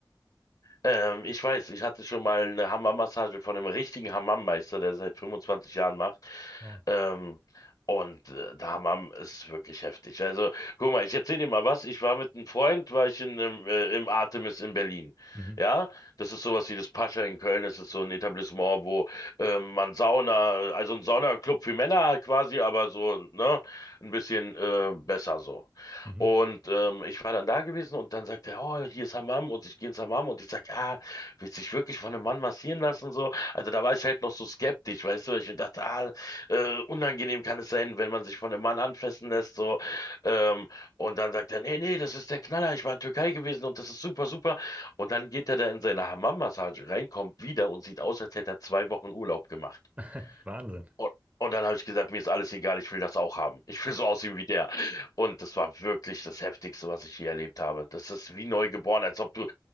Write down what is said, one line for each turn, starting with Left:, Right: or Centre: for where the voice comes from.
Left: Ähm, ich weiß, ich hatte schon mal eine Hammam-Massage von einem richtigen Hammam-Meister, der seit 25 Jahren macht.
Right: Ja.
Left: Ähm, und äh, der Hammam ist wirklich heftig. Also, guck mal, ich erzähle dir mal was. Ich war mit einem Freund, war ich in, einem, äh, im Artemis in Berlin.
Right: Mhm.
Left: Ja, das ist sowas wie das Pascha in Köln. Das ist so ein Etablissement, wo ähm, man Sauna, also ein Saunaclub für Männer halt quasi, aber so, ne, ein bisschen äh, besser so.
Right: Mhm.
Left: Und ähm, ich war dann da gewesen und dann sagt er, oh, hier ist Hammam und ich gehe ins Hammam und ich sag, ja, willst dich wirklich von einem Mann massieren lassen so? Also da war ich halt noch so skeptisch, weißt du, weil ich mir dachte, ah, äh, unangenehm kann es sein, wenn man sich von einem Mann anfassen lässt so. Ähm, und dann sagt er, nee, nee, das ist der Knaller, ich war in Türkei gewesen und das ist super, super. Und dann geht er da in seine Hammam-Massage rein, kommt wieder und sieht aus, als hätte er zwei Wochen Urlaub gemacht.
Right: <laughs> Wahnsinn.
Left: Und, und dann habe ich gesagt, mir ist alles egal, ich will das auch haben. Ich will so aussehen wie der. Und das war wirklich das Heftigste, was ich je erlebt habe. Das ist wie neugeboren, als ob du,